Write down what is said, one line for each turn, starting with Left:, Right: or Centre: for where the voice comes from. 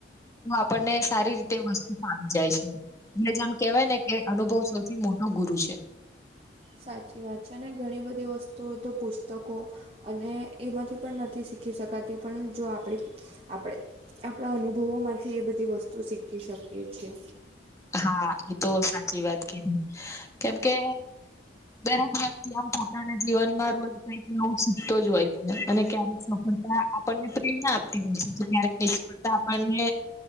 Left: તો આપણને સારી રીતે વસ્તુ આવી જાય છે. ને જેમ કેવાયને કે અનુભવ સૌથી મોટો ગુરુ છે.
Right: સાચી વાત છે ને ઘણી બધી વસ્તુઓ તો પુસ્તકો અને એમાંથી પણ નથી શીખી શકાતી પણ જો આપણી આપણે આપણા અનુભવો માંથી એ બધી વસ્તુ શીખી શકીએ છીએ.
Left: હા ઈ તો સાચી વાત કીધી કેમ કે દરેક વ્યક્તિ આમ પોતાના જીવનમાં રોજ કઈક નવું શીખતો જ હોય અને ક્યારેક સફળતા આપણને પ્રેરણા આપતી હોય છે ક્યારેક નિષ્ફળતા આપણને